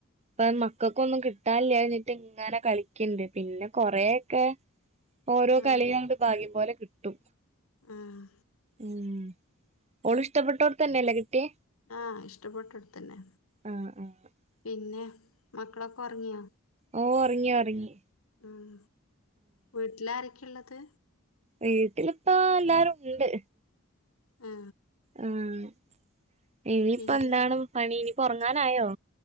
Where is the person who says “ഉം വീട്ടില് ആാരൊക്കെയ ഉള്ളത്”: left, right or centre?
Left